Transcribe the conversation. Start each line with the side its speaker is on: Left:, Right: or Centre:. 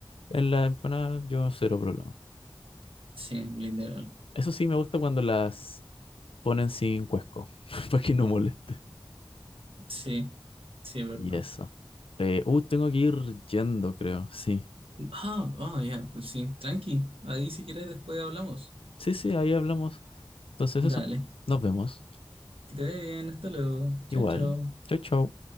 Left: en la empanada, yo cero problema.
Right: Sí, literal.
Left: Eso sí, me gusta cuando las ponen sin cuesco, <laughs> para que no moleste.
Right: Sí, sí, es verdad.
Left: Y eso. Eh, uh, tengo que ir yendo, creo. Sí.
Right: Ah, ah, ya, pues Sí, tranqui. Ahí si quieres después hablamos.
Left: Sí, sí, ahí hablamos. Entonces
Right: Dale,
Left: eso. Nos vemos.
Right: que te vaya bien, hasta luego. Chao,
Left: Igual.
Right: chao.
Left: Chau, chau.